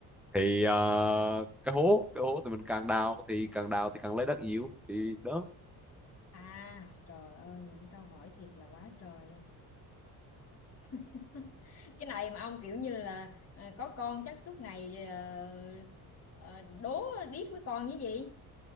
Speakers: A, in the centre; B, on the left.
A: thì ờ, cái hố cái hố thì mình càng đào thì càng đào thì càng lấy đất nhiều thì đó
B: à trời ơi những câu hỏi thiệt là quá trời luôn <laughs> cái này mà ông kiểu như là à, có con chắc suốt ngày ờ, ờ, đố điếc với con như gì